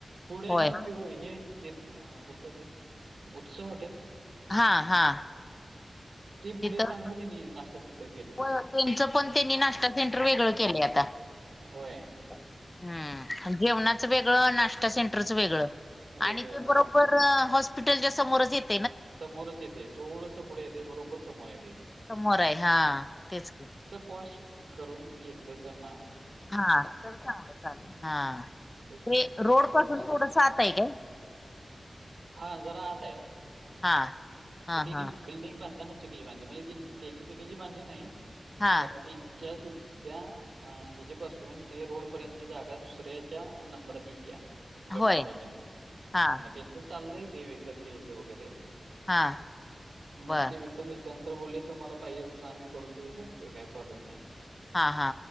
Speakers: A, on the right; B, on the left.
A: पुढं आहे
B: होय
A: ना पि हे तेच कुठलं ते? उत्सव हॉटेल.
B: हा, हा
A: ते पुढे
B: तिथं,
A: चांगलं त्यांनी नाश्ता सेंटर केलंय.
B: त्यांचं पण त्यांनी नाश्ता सेंटर वेगळं केलं आता.
A: होय.
B: हम्, जेवणाच वेगळं, नाश्ता सेंटरचं वेगळं,
A: वेगळं
B: आणि ते
A: केलंय.
B: बरोबर हॉस्पिटलच्या समोरच येत.
A: समोरच येते. थोडसं पुढे येते. बरोबर समोर येतेे.
B: समोर आहे. हा तेच
A: पॉश करून घेतलं त्यांना
B: हा तर चांगलं चालेल, हा
A: ठीक
B: ते
A: आहे. सात-आठ
B: रोड पासून
A: हजार.
B: थोडं आत आहे का?
A: हा जरा आत आहे.
B: हा हा
A: तिने
B: हा
A: बिल्डिंग बांधताना चुकी बांधली म्हणजे त्यांनी चुकीची बांधली नाही,
B: हा
A: कारण त्यांच्या.. त्या ह्याच्या पाासून ते रोड पर्यंतची जागा दुसऱ्याच्या नंबरात येते. गट
B: होय
A: नंबर मध्ये,
B: हा
A: त्यांचं चाललंय ते विकत घ्यायचं वगैरे
B: हा
A: मग
B: बर
A: ते वि.. घेतल्यानंतर बोलले तुम्हाला पाहिजे तस आम्ही करून देऊ शकतोय काही प्रॉब्लेम नाही.
B: हा हा